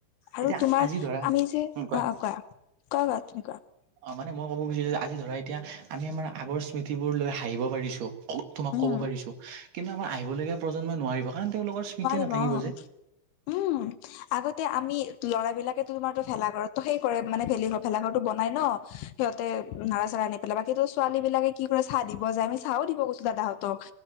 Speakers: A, on the left; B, on the right.
A: আৰু
B: এতিয়া
A: তোমাৰ
B: আজি ধৰা
A: আমি যে অ',
B: উম, কোৱা
A: অ', কোৱা? <inaudible>
B: অ', মানে মই ক'ব খুজিছোঁ যে আজি ধৰা এতিয়া আমি আমাৰ আগৰ স্মৃতিবোৰ লৈ হাঁহিব পাৰিছোঁ <unintelligible> তোমাক
A: উম
B: ক'ব পাৰিছোঁ, কিন্তু আমাৰ আহিবলগীয়া প্ৰজন্মই নোৱাৰিব কাৰণ তেওঁলোকৰ স্মৃতিয়ে
A: নোৱাৰিব
B: নাথাকিব
A: অ',
B: যে
A: উম, আগতে আমি ল'ৰাবিলাকে তোমাৰ ভেলাঘৰত ত' সেই কৰে মানে ভেলিঘৰ, ভেলাঘৰটো বনাই ন, সিহঁতে নাৰা চাৰা আনি পেলাই, বাকীটো ছো ছোৱালী বিলাকে কি কৰে চাহ দিব যায় আমি চাহও দিব গৈছো দাদাহঁতক।